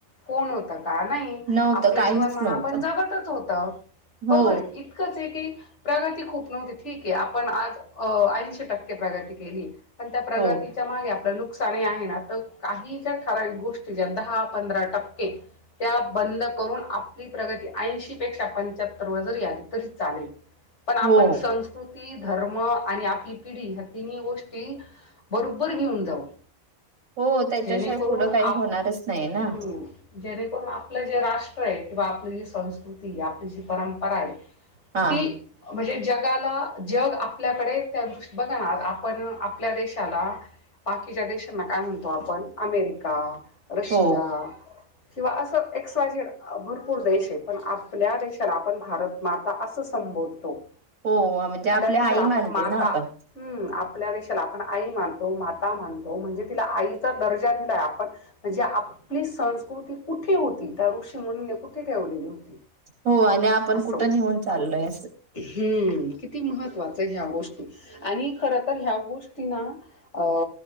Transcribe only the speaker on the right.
नव्हतं
काहीच
नव्हतं
हो
हो
हो
हो त्याच्याशिवाय
पुढं काही
होणारच नाही ना
हा
हो
हो म्हणजे आपल्या
आई
मानली
ना आपण
हो आणि आपण
कुठं नेऊन चाललोय असं.